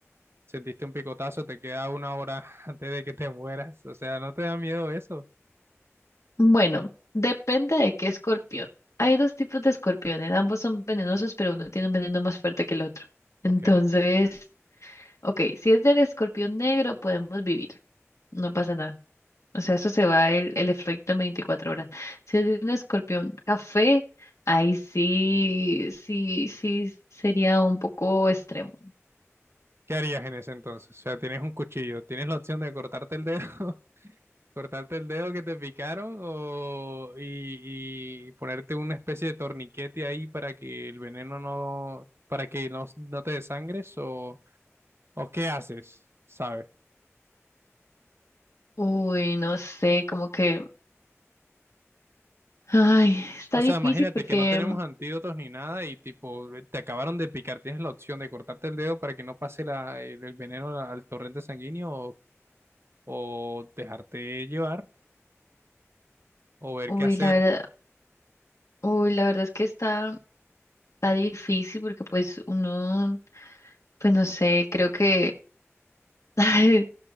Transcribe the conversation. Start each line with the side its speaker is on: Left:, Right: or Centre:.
Right: Sentiste un picotazo, te queda una hora <laughs> antes de que te mueras. O sea, ¿no te da miedo eso?
Left: Bueno, depende de qué escorpión. Hay dos tipos de escorpiones, ambos son venenosos, pero uno tiene un veneno más fuerte que el otro. Entonces,
Right: Ok.
Left: ok, si es del escorpión negro, podemos vivir, no pasa nada. O sea, eso se va el, el efecto en 24 horas. Si es de un escorpión café, ahí sí, sí, sí sería un poco extremo.
Right: ¿Qué harías en ese entonces? O sea, tienes un cuchillo, tienes la opción de cortarte el dedo, <laughs> cortarte el dedo que te picaron o y, y ponerte una especie de torniquete ahí para que el veneno no, para que no, no te desangres o, o qué haces, ¿sabes?
Left: Uy, no sé, como que, ay, está
Right: O
Left: difícil
Right: sea, imagínate
Left: porque,
Right: que no tenemos antídotos ni nada y tipo te acabaron de picar, tienes la opción de cortarte el dedo para que no pase la, el, el veneno al torrente sanguíneo o, o dejarte llevar o ver
Left: uy,
Right: qué hacer.
Left: la verdad, uy, la verdad es que está, está difícil porque pues uno, pues no sé, creo que <laughs>